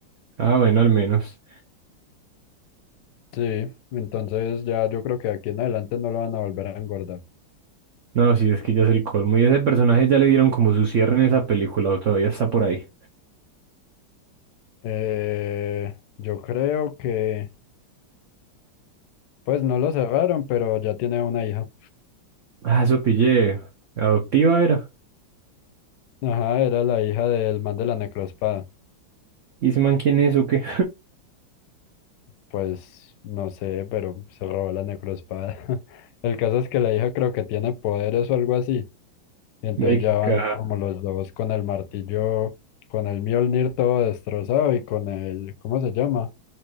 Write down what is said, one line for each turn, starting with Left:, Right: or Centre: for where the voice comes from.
Right: Ah, bueno, al menos.
Left: Sí, entonces ya yo creo que de aquí en adelante no lo van a volver a engordar.
Right: No, sí, es que ya es el colmo. Y ese personaje ya le dieron como su cierre en esa película o todavía está por ahí.
Left: Eh, yo creo que, pues no lo cerraron, pero ya tiene una hija.
Right: Ah, eso pillé. Adoptiva era.
Left: Ajá, era la hija del man de la necroespada.
Right: ¿Y ese man quién es o qué?
Left: Pues no sé, pero se robó la necroespada. <laughs> El caso es que la hija creo que tiene poderes o algo así.
Right: <laughs>
Left: Y entonces
Right: México.
Left: ya van como los dos con el martillo, con el Mjolnir todo destrozado y con el, ¿cómo se llama?